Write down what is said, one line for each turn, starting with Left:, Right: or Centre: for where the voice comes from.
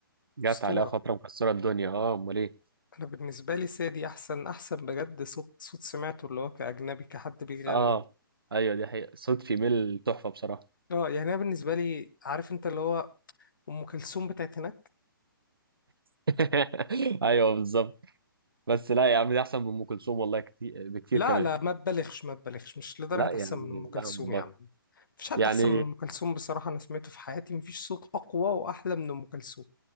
Right: جت
Left: أسطورة
Right: عليها فتره مكسره الدنيا اه امال ايه
Left: انا بالنسبه لي سادي احسن احسن بجد صوت صوت سمعته اللي هو كاجنبي كحد بيغني
Right: اه ايوه دي حقيقه صوت فيميل تحفه بصراحه
Left: اه يعني انا بالنسبه لي عارف انت اللي هو ام كلثوم بتاعت هناك
Right: <laughs> ايوه بالظبط بس لا يا عم دي احسن من ام كلثوم والله كتير بكتير
Left: لا
Right: كمان
Left: لا ما تبالغش ما تبالغش مش لدرجه
Right: لا يا
Left: احسن
Right: عم
Left: من ام كلثوم
Right: لا والله
Left: يا عم مفيش حد
Right: يعني
Left: احسن من ام كلثوم بصراحه انا سمعته في حياتي مفيش صوت اقوى واحلى من ام كلثوم